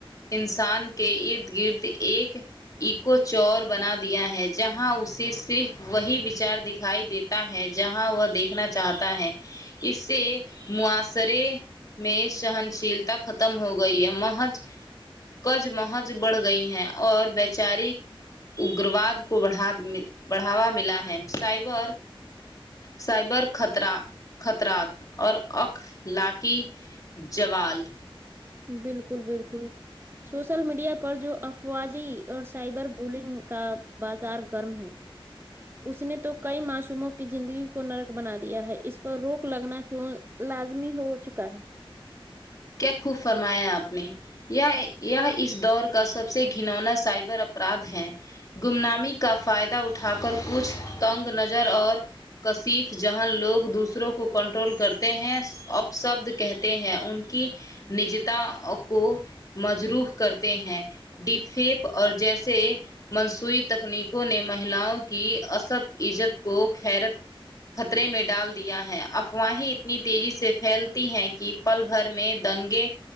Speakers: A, on the left; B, on the right.
A: انسان کے ارد گرد ایک اکویچر بنا دیا ہے جہاں اسے صرف وہی وچار دکھائی دیتا ہے جہاں وہ دیکھنا چاہتا ہے اس سے معاشرے میں سہنشیلتا ختم ہو گئی ہے محض کشمکش بڑھ گئی ہیں اور ویچارک اگرواد کو بڑھا بڑھاوا ملا ہے سائبر سائبر خطرہ خطرات اور اخلاقی زوال
B: بالکل بالکل سوشل میڈیا پر جو افواجی اور سائبر بلنگ کا بازار گرم ہے اس نے تو کئی معصوموں کی زندگی کو نرک بنا دیا ہے اس پر روک لگنا کیوں لازمی ہو چکا ہے
A: کیا خوب فرمایا آپ نے یے اس دور کا سب سے گنونا سائب اپرادھ ہیں گمنامی کا فائدہ اٹھا کر کچھ تنگ نظر اور کصف جہاں لوگ دوسروں کو کنٹرول کرتے ہیں اپ ثبد کہتے ہیں ان کی نجتا کو مجروح کرتے ہیں ڈیفیپ اور جیسے منصوئیی تکنیکوں نے مہیلاؤں کی است عزت کو خیرت خطرے میں ڈال دیا ہے افواہیں اتنی تیزی سے پھیلتی ہیں کی پل بھر میں دنگے